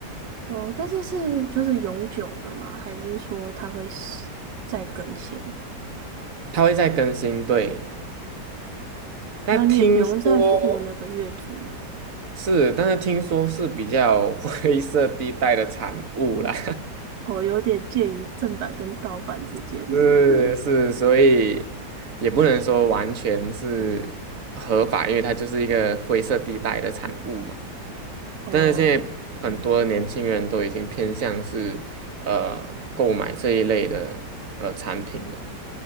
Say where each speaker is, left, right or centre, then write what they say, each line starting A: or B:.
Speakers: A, on the right; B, on the right.
A: 哦，但是是就是永久的嘛，还是说它会是再更新？
B: 它会再更新，对。但听说，
A: 然后你也不用再付那个月租嘛？
B: 是，但是听说是比较 <laughs> 灰色地带的产物啦，
A: 哦，有点介于正版跟盗版之间。
B: <laughs> 是是，所以也不能说完全是合法，因为它就是一个灰色地带的产物嘛。
A: 哦，
B: 但是现在很多年轻人都已经偏向是呃购买这一类的呃产品了，